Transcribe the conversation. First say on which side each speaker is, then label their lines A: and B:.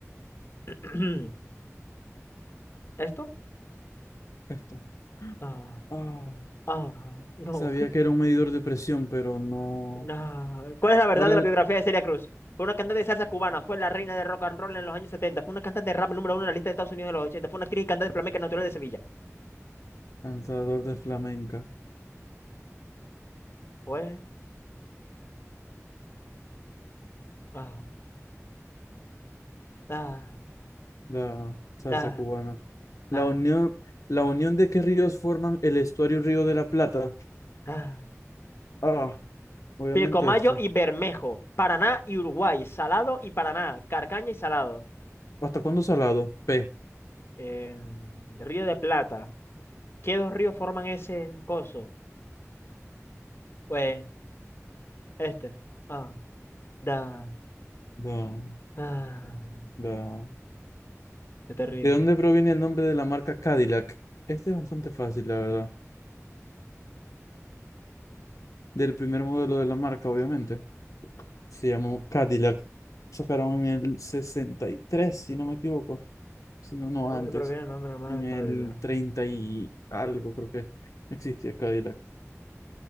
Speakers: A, on the left (about 50°); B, on the left (about 80°).
A: <clears throat> ¿Esto?
B: Esto.
A: Ah,
B: Ah,
A: ah, no.
B: sabía que era un medidor de presión, pero no.
A: <laughs> nah. ¿Cuál es la verdad
B: ¿Cuál
A: de
B: es
A: la biografía
B: el
A: de Celia Cruz? Fue una cantante de salsa cubana, fue la reina de rock and roll en los años setenta. fue una cantante de rap número uno en la lista de Estados Unidos de los ochenta. fue una actriz y cantante flamenca natural de Sevilla.
B: cantador de flamenca?
A: Fue... Ah, ah,
B: La salsa
A: ah,
B: cubana. La
A: ah,
B: unión, la unión de qué ríos forman el estuario Río de la Plata.
A: ah. ah.
B: Ah, obviamente
A: Pilcomayo
B: esto.
A: y Bermejo, Paraná y Uruguay, Salado y Paraná, Carcaña y Salado.
B: ¿Hasta cuándo salado? P.
A: Eh, Río de Plata. ¿Qué dos ríos forman ese coso? Pues este. Ah, da.
B: Da,
A: Ah,
B: da.
A: qué terrible.
B: ¿De dónde proviene el nombre de la marca Cadillac? Este es bastante fácil, la verdad. Del primer modelo de la marca, obviamente. Se llamó Cadillac. Sacaron en el 63, si no me equivoco. sino
A: ¿De
B: no
A: dónde
B: no, antes,
A: proviene el nombre romano
B: en
A: de
B: el
A: Cálida?
B: 30 y algo, creo que existía Cadillac,